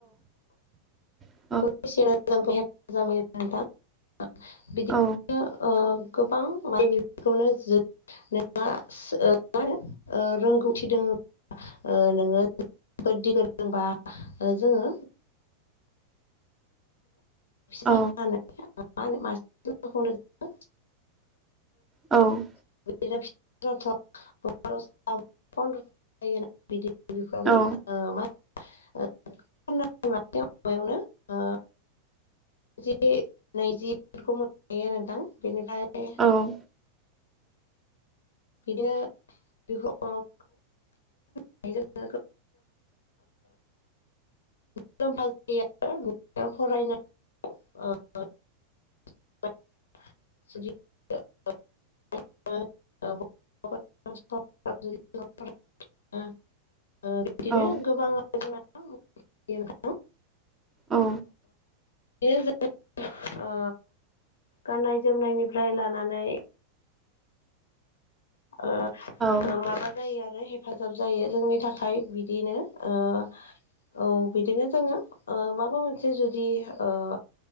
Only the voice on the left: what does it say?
<unintelligible> गोबां माने
बिफोरखौनो जों नोंहा ओ माहोनो ओ रोंगौथि दङ ओ नोङो <unintelligible> ओ जोङो फिसा
होनानै जों मासेखौनो जोङो
<unintelligible> बिदि बेखौनो
ओ मा <unintelligible> माबायावनो ओ जि नैजिफोरखौ मोननो हायो नोंथां बेनिफ्राय
बिदिनो बेखौ <unintelligible> मुलाम्फा जायो फरायनानै <unintelligible> <unintelligible> ओ बिदिनो गोबां जोंना
<unintelligible>
बे जों ओ गाननाय जोमनायनिफ्राय लानानै ओ
ओ माबा जायो आरो हेफाजाब जायो जोंनि थाखाय बिदिनो। ओ औ बिदिनो जोङो ओ माबा मोनसे जुदि ओ